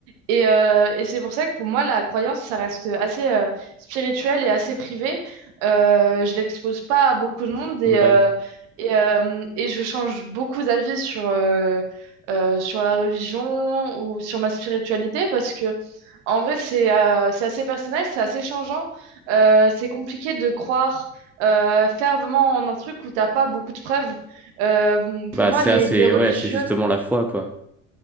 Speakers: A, on the right (about 60°); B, in the centre.
A: Et, euh, et c'est pour ça que pour moi, la croyance, ça reste assez euh, spirituel et assez privé. Euh, je l'expose pas à beaucoup de monde et,
B: Ouais,
A: euh, et, euh, et je change beaucoup d'avis sur, euh, euh, sur la religion ou sur ma spiritualité parce que, en vrai, c'est euh, c'est assez personnel, c'est assez changeant. Euh, c'est compliqué de croire euh, fervemment en un truc où t'as pas beaucoup de preuves. Euh, pour
B: bah
A: moi,
B: c'est
A: les,
B: assez,
A: les religieux,
B: ouais, c'est justement la foi, quoi.